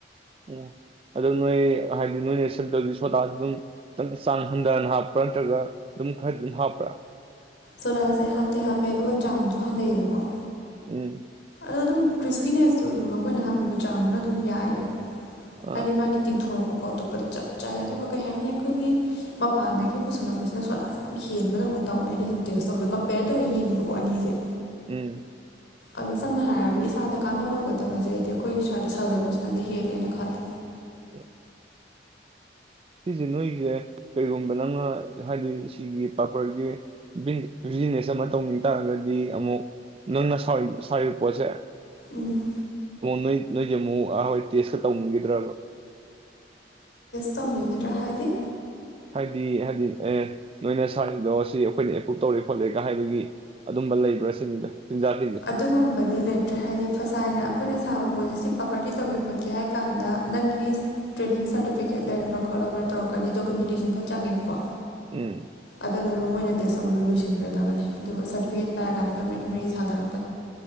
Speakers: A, on the right (about 30°); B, on the left (about 85°).
A: ꯑꯣ ꯑꯗꯣ ꯅꯣꯏ ꯍꯥꯏꯗꯤ ꯅꯣꯏꯅ ꯁꯦꯝꯇꯕꯗꯤ ꯁꯣꯗꯥꯗꯨ ꯑꯗꯨꯝ ꯈꯤꯇꯪ ꯆꯥꯡ ꯍꯟꯗꯍꯟꯅ ꯍꯥꯞꯄ꯭ꯔꯥ ꯅꯠꯇ꯭ꯔꯒ ꯗꯨꯝ ꯈꯔ ꯑꯗꯨꯝ ꯍꯥꯄ꯭ꯔꯥ
B: ꯁꯣꯗꯥꯁꯦ ꯍꯥꯞꯇꯦ ꯍꯥꯞꯄꯦ ꯑꯗꯨꯒ ꯆꯥꯡꯁꯨ ꯍꯟꯗꯩꯌꯦꯕꯀꯣ
A: ꯎꯝ
B: ꯑꯗꯣ ꯑꯗꯨꯝ ꯀ꯭ꯔꯤꯁꯄꯤꯅꯦꯁꯇꯣ ꯑꯗꯨꯝ ꯃꯈꯣꯏꯅ ꯍꯥꯞꯄꯤꯕ ꯆꯥꯡꯗꯨꯅ ꯑꯗꯨꯝ ꯌꯥꯏꯑꯕ
A: ꯑꯥ
B: ꯍꯥꯏꯗꯤ ꯃꯥꯒꯤ ꯇꯤꯡꯊꯣꯔꯛꯄ ꯀꯣ ꯑꯇꯣꯞꯄꯗ ꯆꯞ ꯆꯥꯏ ꯑꯗꯨꯒ ꯀꯩ ꯍꯥꯏꯅꯤ ꯑꯩꯈꯣꯏꯒꯤ ꯃꯄꯥꯟꯗꯒꯤ ꯄꯨꯁꯤꯜꯂꯛꯄꯁꯤꯅ ꯁꯣꯗꯥꯁꯦ ꯌꯥꯝ ꯍꯦꯟꯕꯗꯧꯅ ꯇꯧꯋꯦ ꯑꯩꯅ ꯁꯨꯝ ꯇꯦꯁ ꯇꯧꯕꯗꯣ ꯀꯝꯄꯦꯔ ꯇꯧꯔ ꯌꯦꯡꯉꯦꯕꯀꯣ ꯑꯅꯤꯁꯦ
A: ꯎꯝ
B: ꯑꯗꯣ ꯁꯝꯅ ꯍꯥꯏꯔꯕꯗ ꯏꯁꯥꯗ ꯀꯥꯟꯅꯒꯗꯕꯁꯦ ꯑꯩꯗꯤ ꯑꯩꯈꯣꯏꯒꯤ ꯁ꯭ꯋꯥꯏꯗ ꯁꯥꯖꯕꯁꯤꯅꯗꯤ ꯍꯦꯜꯂꯦꯅ ꯈꯜꯂꯤ
A: ꯑꯦ ꯁꯤꯁꯦ ꯅꯣꯏꯒꯤꯁꯦ ꯀꯩꯒꯨꯝꯕ ꯅꯪꯅ ꯍꯥꯏꯗꯤ ꯁꯤꯒꯤ ꯄꯥꯄꯔꯒꯤ ꯕꯤ <unintelligible> ꯑꯃ ꯇꯧꯅꯤꯡ ꯇꯥꯔꯒꯗꯤ ꯑꯃꯨꯛ ꯅꯪꯅ ꯁ ꯧꯁꯥꯔꯤꯕ ꯄꯣꯠꯁꯦ
B: ꯎꯝ
A: ꯅꯣꯏ ꯅꯣꯏꯒꯤ ꯑꯃꯨꯛ ꯍꯣꯏ ꯇꯦꯁꯀ ꯇꯧꯅꯤꯡꯈꯤꯗ꯭ꯔꯕ
B: ꯇꯧꯅꯤꯡꯒꯤꯗ꯭ꯔꯥ ꯍꯥꯏꯗꯤ
A: ꯍꯥꯏꯗꯤ ꯍꯥꯏꯗꯤ ꯑꯦ ꯅꯣꯏꯅ ꯁꯥꯔꯤꯗꯣ ꯁꯤ ꯑꯩꯈꯣꯏꯅ ꯑꯦꯄ꯭ꯔꯨꯞ ꯇꯧꯔꯦ ꯈꯣꯠꯂꯦꯒ ꯍꯥꯏꯕꯒꯤ ꯑꯗꯨꯝꯕ ꯂꯩꯕ꯭ꯔꯥ ꯁꯤꯅꯤꯗ ꯆꯤꯟꯖꯥꯛꯁꯤꯡꯁꯦ
B: ꯑꯗꯨꯒꯨꯝꯕꯗꯤ ꯂꯩꯇ꯭ꯔꯦ ꯍꯥꯏꯗꯤ ꯐꯁꯥꯏꯅ ꯑꯩꯈꯣꯏꯅ ꯁꯥꯕ ꯄꯣꯠꯁꯦ ꯁꯤ ꯄ꯭ꯔꯣꯄꯔꯂꯤ ꯇꯧꯒꯦ ꯈꯣꯠꯀꯦ ꯍꯥꯏꯔ ꯀꯥꯟꯗ ꯅꯪꯒꯤ ꯇ꯭ꯔꯦꯅꯤꯡ ꯁꯥꯔꯇꯤꯐꯤꯀꯦꯠ ꯂꯩꯔꯕ꯭ꯔ ꯈꯣꯠꯂ꯭ꯔ ꯇꯧꯔꯛꯀꯅꯤ ꯗꯣꯀꯨꯃꯦꯟꯗꯦꯁꯟ ꯈꯔ ꯆꯪꯉꯦꯕꯀꯣ
A: ꯎꯝ
B: ꯑꯗ ꯂꯣꯏꯅꯃꯛ ꯃꯣꯏꯅ ꯇꯦꯁ ꯇꯧ ꯂꯣꯏ ꯂꯣꯏꯁꯤꯟꯒ꯭ꯔꯗꯕꯅꯤ ꯑꯗꯨꯒ ꯁꯥꯔꯇꯤꯐꯤꯀꯦꯠ ꯄꯥꯏꯔꯀꯥꯟꯗ ꯑꯩꯈꯣꯏ ꯃꯔꯤ ꯃꯔꯤ ꯁꯥꯗꯔꯛ